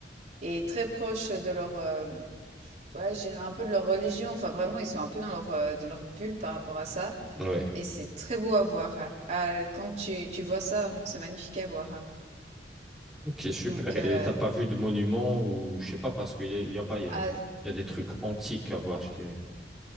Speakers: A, on the right (about 40°); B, in the centre.
A: Et très proche de leur, euh, ouais, je dirais un peu de leur religion. Enfin, vraiment, ils sont un peu dans leur, euh, dans leur bulle par rapport à ça.
B: Ouais.
A: Et c'est très beau à voir. hein. Ah, quand tu, tu vois ça, vraiment, c'est magnifique à voir. hein.
B: Ok, super.
A: Donc, euh,
B: Et t'as pas vu de monuments ou je sais pas parce qu'il y a, y a, bah, y
A: ah,
B: a- y a des trucs antiques à voir, je dirais.